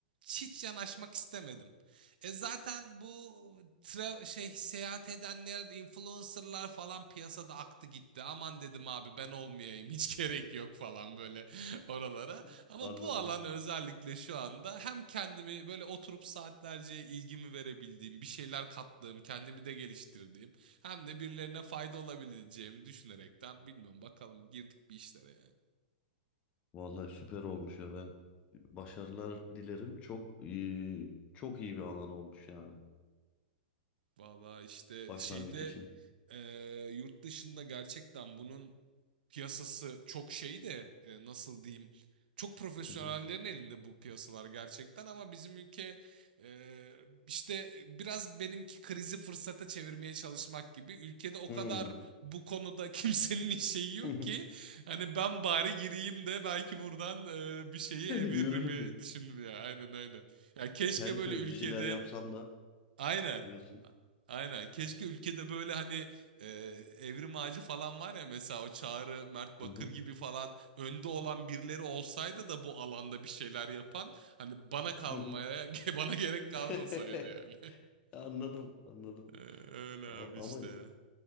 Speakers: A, on the right; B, on the left.
A: hiç yanaşmak istemedim. E zaten bu tra- şey seyahat edenler, influencerlar falan piyasada aktı gitti. Aman dedim abi ben olmayayım. Hiç <laughs> gerek yok falan böyle <laughs> oralara.
B: <laughs>
A: Ama
B: Anladım.
A: bu alan özellikle şu anda hem kendimi böyle oturup saatlerce ilgimi verebildiğim, bir şeyler kattığım, kendimi de geliştirdiğim hem de birilerine fayda olabileceğimi düşünerekten bilmiyorum bakalım girdik bir işlere yani.
B: Vallahi süper olmuş ya ben başarılar dilerim. Çok eee, çok iyi bir alan olmuş yani
A: valla işte
B: başlangıç
A: şeyde
B: için.
A: eee, yurt dışında gerçekten bunun piyasası çok şey de e, nasıl diyeyim çok profesyonellerin
B: Hı hı.
A: elinde bu piyasalar gerçekten ama bizim ülke e, işte biraz benimki krizi fırsata çevirmeye çalışmak gibi ülkede o
B: Hmm.
A: kadar bu konuda <laughs> kimsenin şeyi yok
B: <laughs>
A: ki hani ben bari gireyim de belki buradan e, bir şeyi eviririm
B: Yürürüm
A: mi
B: diyor.
A: düşündüm ya aynen aynen ya keşke
B: Kel
A: böyle
B: kör
A: ülkede
B: bir şeyler yapsam da
A: Aynen.
B: diyorsun.
A: Aynen. Keşke ülkede böyle hani e, Evrim Ağacı falan var ya mesela o Çağrı, Mert Bakır
B: Hı hı.
A: gibi falan önde olan birileri olsaydı da bu alanda bir şeyler yapan hani bana kalmaya
B: Hı hı.
A: <laughs> bana gerek kalmasaydı
B: <laughs>
A: yani. <laughs>
B: Anladım, anladım.
A: E, Öyle abi
B: A-
A: işte.
B: ama